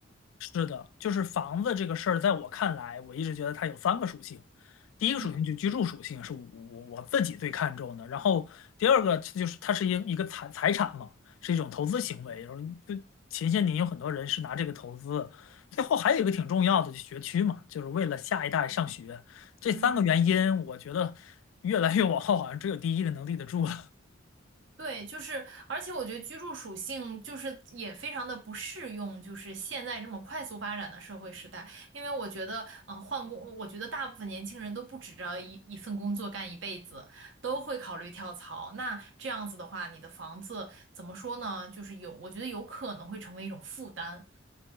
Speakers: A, on the left; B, on the right.
A: 是的，就是房子这个事儿，在我看来，我一直觉得它有三个属性。第一个属性就居住属性是我我我自己最看重的，
B: 嗯
A: 然后第二个就是它是一一个财财产嘛，是一种投资行为。然后就前些年有很多人是拿这个投资，最后还有一个挺重要的，就学区嘛，就是为了下一代上学。这三个原因，
B: 嗯。
A: 我觉得越来越往后，好像只有第一个能立得住了
B: 对，就是，而且我觉得居住属性就是也非常的不适用，就是现在这么快速发展的社会时代，因为我觉得，嗯、换工，我觉得大部分年轻人都不指着一一份工作干一辈子，都会考虑跳槽。那这样子的话，你的房子怎么说呢？就是有，我觉得有可能会成为一种负担，